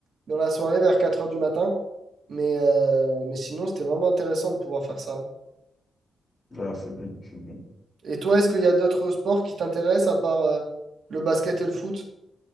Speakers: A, on the right; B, on the left.
A: dans la soirée, vers 4 heures du matin. Mais, euh, mais sinon, c'était vraiment intéressant de pouvoir faire ça.
B: là, c'est bien, c'est bien.
A: Et toi, est-ce qu'il y a d'autres sports qui t'intéressent à part euh, le basket et le foot?